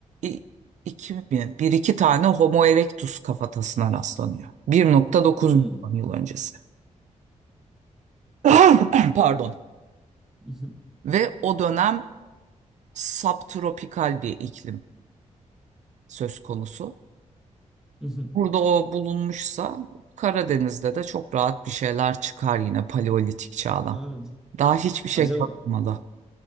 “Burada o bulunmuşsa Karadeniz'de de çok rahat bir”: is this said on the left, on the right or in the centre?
Right